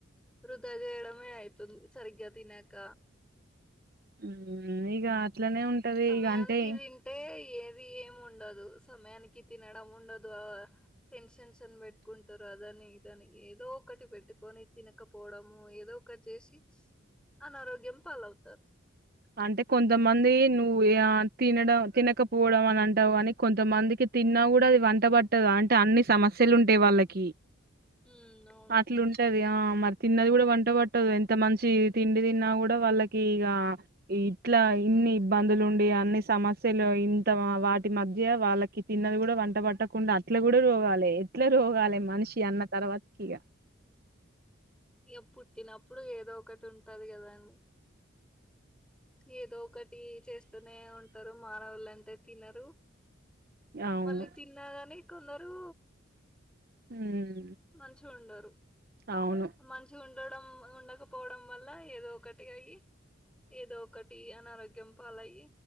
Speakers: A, in the centre; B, on the right.
A: వృధా చేయడమే అయితుంది సరిగ్గా తినక
B: మ్మ్ మ్మ్ ఇగ అట్లనే ఉంటది
A: సమయానికి
B: ఇగ అంటే
A: తింటే ఏది ఏమి ఉండదు సమయానికి తినడం ఉండదు ఆ టెన్షన్షన్ పెట్టుకుంటారు అదని ఇదని ఏదో ఒకటి పెట్టుకొని తినకపోవడము ఏదో ఒకటి చేసి అనారోగ్యం పాలవుతారు
B: అంటే కొంతమంది నువ్వు ఆ తినడం తినకపోవడం అని అంటావు కానీ కొంతమందికి తిన్నా కూడా అది వంట పట్టదు అంటే అన్ని సమస్యలు ఉంటాయి వాళ్ళకి
A: ఉమ్ అవును
B: అట్లుంటది ఆ మద్ తిన్నది కూడా వంట పట్టదు ఎంత మంచి తిండి తిన్నా కూడా వాళ్ళకి ఇగ ఇట్లా ఇన్ని ఇబ్బందులు ఉండి అన్ని సమస్యలు ఇంత వాటి మధ్య వాళ్ళకి తిన్నది కూడా వంట పట్టకుండా అట్ల కూడా రోగాలే ఎట్లా రోగాలె మనిషి అన్న తర్వాత ఇగ
A: ఇగ పుట్టినప్పుడు ఏదో ఒకటి ఉంటది కదాండి ఏదో ఒకటి చేస్తూనే ఉంటారు మానవులంత్ దె తినరు
B: అవును
A: మళ్ళీ తిన్నా గాని ఇకున్నారు
B: ఉమ్
A: మంచిషగా ఉండు
B: అవును
A: ఉ మాంచిగ్ ఉండోడం ఉండకపోవడం వల్ల ఏదో ఒకటి అయ్యి ఏదో ఒకటి అనారోగ్యం పాలయిి